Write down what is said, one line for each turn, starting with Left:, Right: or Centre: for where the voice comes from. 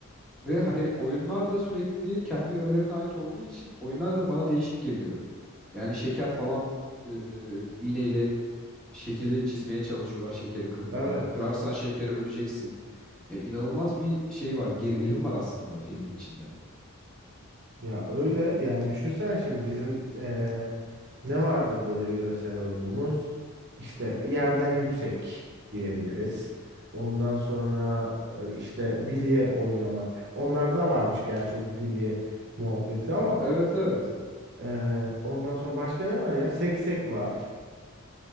Centre: Ve hani oyunlar da sürekli kendi yörelerine ait olduğu için oyunlar da bana değişik geliyor. Yani şeker falan e, e, iğneyle şekili çizmeye çalışıyorlar şekeri kırmadan.
Right: Evet.
Centre: Kırarsan şekeri öleceksin. Ya inanılmaz bir şey var, gerilim var aslında filmin içinde.
Right: Ya öyle yani düşünsene şimdi bizim eee, ne vardır böyle yöresel oyunumuz? İşte yerden yüksek diyebiliriz. Ondan sonra e, işte bilye oynamak. Onlarda varmış gerçi o bilye muhabbeti ama
Centre: Evet evet.
Right: eee, ondan sonra başka ne var ya? Seksek var.